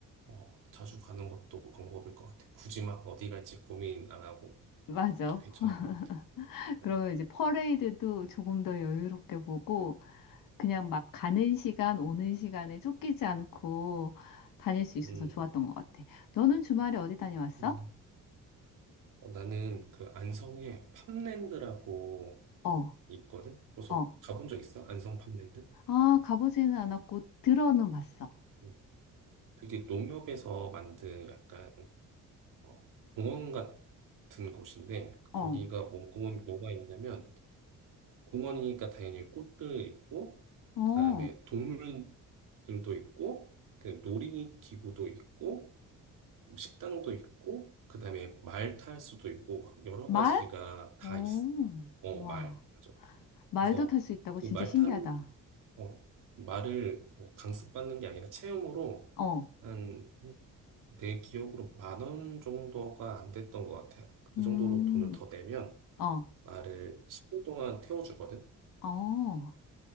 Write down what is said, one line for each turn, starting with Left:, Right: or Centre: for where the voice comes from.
Right: 어, 자주 가는 것도 방법일 것 같아. 굳이 막 어디 갈지 고민 안 하고
Left: 맞아.
Right: 그것도 괜찮은 것 같아.
Left: <laughs> 그러면
Right: 응.
Left: 이제 퍼레이드도 조금 더 여유롭게 보고, 그냥 막 가는 시간, 오는 시간에 쫓기지 않고 다닐 수 있어서
Right: 음,
Left: 좋았던 것 같아. 너는 주말에 어디 다녀왔어?
Right: 음. 어, 나는 그 안성에 팜랜드라고
Left: 어,
Right: 있거든. 그래서
Left: 어.
Right: 가본 적 있어? 안성 팜랜드?
Left: 아, 가보지는 않았고, 들어는 봤어.
Right: 음. 그게 농협에서 만든 약간 어, 공원 같은 곳인데
Left: 어,
Right: 거기가 뭐, 공원, 뭐가 있냐면 공원이니까 당연히 꽃들 있고
Left: 어.
Right: 그다음에 동물들도 있고 그 놀이기구도 있고 뭐 식당도 있고 그다음에 말탈 수도 있고 막 여러
Left: 말?
Right: 가지가 다
Left: 어,
Right: 있어. 어,
Left: 와.
Right: 말. 맞아.
Left: 말도
Right: 그래서
Left: 탈 수 있다고
Right: 그
Left: 진짜
Right: 말
Left: 신기하다.
Right: 타는 어, 말을 뭐 강습받는 게 아니라 체험으로
Left: 어,
Right: 한 내 기억으로 만 원 정도가 안 됐던 것 같아요. 그
Left: 음,
Right: 정도로 돈을 더 내면
Left: 어,
Right: 말을 10분 동안 태워주거든.
Left: 어.